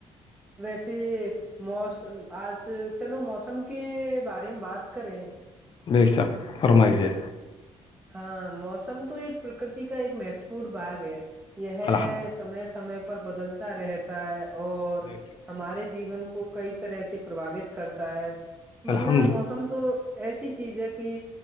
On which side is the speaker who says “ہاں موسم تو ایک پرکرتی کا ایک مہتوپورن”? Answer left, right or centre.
Right